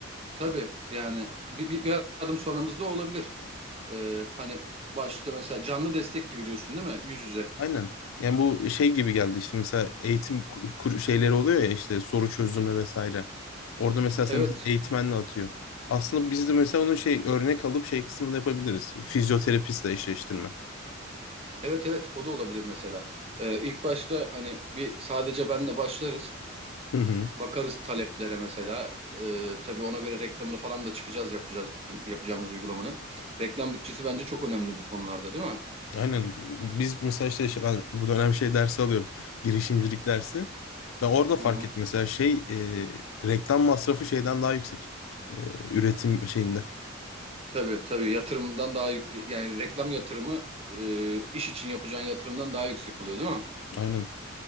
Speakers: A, on the right (about 30°); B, on the left (about 80°).
A: Tabii yani bir, bir, bir adım sonramızda olabilir. Ee, hani başta mesela canlı destek gibi diyorsun değil mi? Yüz yüze.
B: Aynen. Yani bu şey gibi geldi işte mesela eğitim ku- kur- şeyleri oluyor ya işte soru çözümü vesaire. Orada mesela sen
A: Evet.
B: mesela eğitmenle atıyor. Aslında biz de mesela onun şey örnek alıp şey kısmında yapabiliriz. Fizyoterapistle eşleştirme.
A: Evet evet o da olabilir mesela. Ee, ilk başta hani bir sadece benle başlarız.
B: Hı hı.
A: Bakarız taleplere mesela. Ee, tabii ona göre reklamını falan da çıkacağız yapacağız yapacağımız uygulamanın. Reklam bütçesi bence çok önemli bu konularda değil mi?
B: Aynen. Biz mesela işte şey- ben bu dönem şey dersi alıyorum. <laughs> Girişimcilik dersi. Ben orada fark
A: Hı hı.
B: ettim mesela şey e, reklam masrafı şeyden daha yüksek. E, üretim şeyinde.
A: Tabii tabii yatırımdan daha yük- yani reklam yatırımı e, iş için yapacağın yatırımdan daha yüksek oluyor değil mi?
B: Aynen.